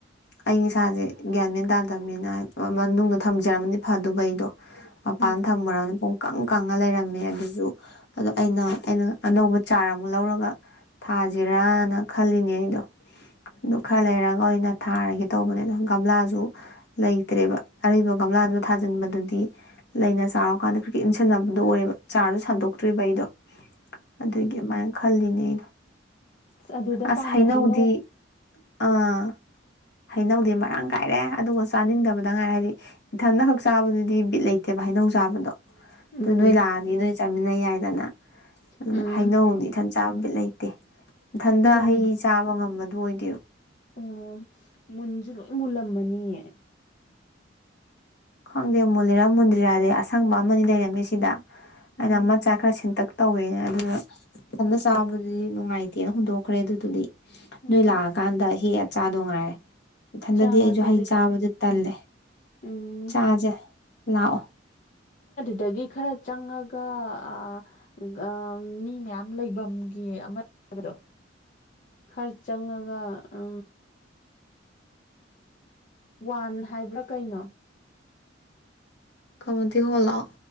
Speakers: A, on the left; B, on the left.
A: ꯑꯩ ꯏꯁꯥꯁꯦ ꯒ꯭ꯌꯥꯟ ꯃꯦꯟ ꯇꯥꯗꯕꯅꯤꯅ ꯍꯥꯏ ꯃꯅꯨꯡꯗ ꯊꯝꯖꯔꯝꯃꯗꯤ ꯐꯗꯧꯕ ꯑꯩꯗꯣ
B: ꯎꯝ
A: ꯄꯥꯟ ꯊꯝꯃꯨꯔꯃꯤꯅ ꯀꯪ ꯀꯪꯉ ꯂꯩꯔꯝꯃꯦ ꯑꯗꯨꯁꯨ ꯑꯗꯣ ꯑꯩꯅ ꯑꯩꯅ ꯑꯅꯧꯕ ꯆꯥꯔ ꯑꯃꯨꯛ ꯂꯧꯔꯒ ꯊꯥꯁꯤꯔꯅ ꯈꯜꯂꯤꯅꯦ ꯑꯩꯗꯣ ꯑꯗꯨ ꯈꯔ ꯂꯩꯔꯒ ꯑꯣꯏꯅ ꯊꯥꯔꯒꯦ ꯇꯧꯕꯅꯦ ꯑꯗ ꯒꯝꯂꯥꯁꯨ ꯂꯩꯇ꯭ꯔꯦꯕ ꯑꯔꯩꯔꯤꯕ ꯒꯝꯂꯥꯗꯨꯗꯣ ꯊꯥꯖꯤꯟꯕꯗꯨꯗꯤ ꯂꯩꯅ ꯆꯥꯔꯀꯥꯟꯗ ꯀ꯭ꯔꯤꯀ ꯏꯟꯁꯤꯟꯅꯕꯗꯣ ꯑꯣꯏꯔꯦꯕ ꯆꯥꯔꯁ ꯁꯟꯗꯣꯛꯇ꯭ꯔꯤꯕ ꯑꯩꯗꯣ ꯑꯗꯨꯒꯤ ꯑꯗꯨꯃꯥꯏꯅ ꯈꯜꯂꯤꯅꯦ
B: ꯁ ꯑꯗꯨꯗ
A: ꯑꯁ
B: ꯄꯥꯟꯕ
A: ꯍꯩꯅꯧꯗꯤ
B: ꯍꯩꯅꯧ
A: ꯑꯥ ꯍꯩꯅꯧꯗꯤ ꯃꯔꯥꯡ ꯀꯥꯏꯔꯦ ꯑꯗꯨꯒ ꯆꯥꯅꯤꯡꯗꯕꯗ ꯉꯥꯏꯔ ꯍꯥꯏꯗꯤ ꯏꯊꯟꯗ ꯈꯛ ꯆꯥꯕꯗꯨꯗꯤ ꯕꯤꯠ ꯂꯩꯇꯦꯕ ꯍꯩꯅꯧ ꯆꯥꯕꯗꯣ ꯑꯗꯨ
B: ꯎꯝ
A: ꯅꯣꯏ ꯂꯥꯛꯑꯗꯤ ꯅꯣꯏ ꯆꯥꯃꯤꯟꯅ ꯌꯥꯏꯗꯅ ꯑꯗꯨ
B: ꯎꯝ
A: ꯍꯩꯅꯧꯗꯤ ꯏꯊꯟꯠ ꯆꯥꯕ ꯕꯤꯠ ꯂꯩꯇꯦ ꯏꯊꯟꯗ
B: ꯃꯨꯟꯕꯨ
A: ꯍꯩ ꯆꯥꯕ ꯉꯝꯕꯗꯣ ꯕꯨꯑꯣꯏꯗꯦ
B: ꯑꯣ ꯃꯨꯟꯁꯨ ꯂꯣꯏ ꯃꯨꯜꯂꯝꯃꯅꯤꯌꯦ
A: ꯈꯪꯗꯦ ꯃꯨꯜꯂꯤꯔꯥ ꯃꯨꯟꯗꯤꯔꯥꯗꯤ ꯑꯁꯪꯕ ꯑꯃ ꯂꯩꯔꯝꯃꯦ ꯁꯤꯗ
B: ꯎꯝ
A: ꯑꯩꯅ ꯃꯆꯥ ꯈꯔ ꯁꯦꯟꯇꯛ ꯇꯧꯋꯦ ꯑꯗꯨꯅ ꯏꯊꯟꯗ ꯆꯥꯕꯗꯨꯗꯤ ꯅꯨꯡꯉꯥꯏꯇꯦꯅ ꯍꯨꯟꯗꯣꯛꯈ꯭ꯔꯦ ꯑꯗꯨꯗꯨꯗꯤ
B: ꯎꯝ
A: ꯅꯣꯏ ꯂꯥꯛꯑꯀꯥꯟꯗ ꯍꯦꯛꯑ ꯆꯥꯈꯧ ꯉꯥꯏꯔꯦ ꯏꯊꯟꯗꯗꯤ
B: ꯆꯥꯁꯦ
A: ꯑꯩꯁꯨ ꯍꯩ
B: ꯑꯗꯨꯗꯤ
A: ꯆꯥꯕꯗ ꯇꯜꯂꯦ
B: ꯎꯝ
A: ꯆꯥꯖꯦ ꯂꯥꯛꯑꯣ
B: ꯑꯗꯒꯤ ꯈꯔ ꯆꯪꯉꯒ ꯃꯤ ꯃꯌꯥꯝ ꯂꯩꯐꯝꯒꯤ ꯑꯃ ꯍꯥꯏꯕꯗꯣ ꯈꯔ ꯆꯪꯉꯒ ꯎ ꯋꯥꯟ ꯍꯥꯏꯕ꯭ꯔꯥ ꯀꯩꯅꯣ
A: ꯀꯝꯃꯨꯇꯤ ꯍꯣꯜꯂꯣ